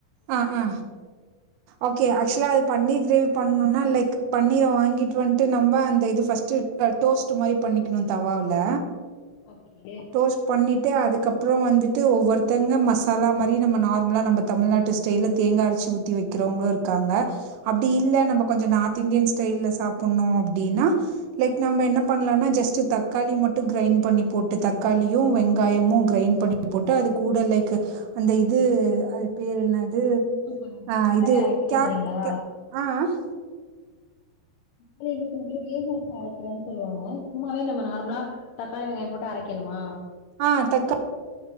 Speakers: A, on the right; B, on the left.
A: அ ஆஹ ஓகே ஆக்சுவலா அது பன்னீர் கிரேவி பண்ணணுனா லைக் பன்னீர வாங்கிட்டு வந்துட்டு நம்ம அந்த இது ஃபஸ்டு பிரட் டோஸ்ட் மாரி பண்ணிக்கணு தவவுல
B: ஓகே
A: டோஸ்ட் பண்ணிட்டு அதுக்கப் றோ வந்துட்டு ஒவ்வொருத்தவங்க மசாலா மாரி நம்ம நார்ம்லா நம்ம தமிழ்நாட் டு ஸ்டைல தேங்காய அச்சி ஊத்தீ வைக்கிறவங்களு இருக்காங்க அப்டி இல்ல நம்ம கொஞ்சோ நாத் தின்டியன் ஸ்டைல்ல சாப்ணு அப்டின்னா லைக் நம்ம என்ன பண்ணலாம்னா ஜஸ்ட் டு தக்காளி மட்டு கிரைண் பண்ணி போட்டு தக்காளியு வெங்காயமும் கிரைண் பண்ணி போட்டு அது கூட லைக் அந்த இது அது பேரு என்ன அது
B: சும்மாவே
A: ஆஹ் இது
B: அரைக்க
A: கேக்
B: சொல்றீங்களா
A: க ஆஹ் அ அ
B: அதுலே சில பேரு வேகவச்சு அரைக்கிறேன்னு சொல்லுவாங்க சும்மாவே நம்ம நார்மலா தக்காளி வெங்காயம் போட்டு அரைக்க வக்கணுமா
A: ஆஹ் தக்கா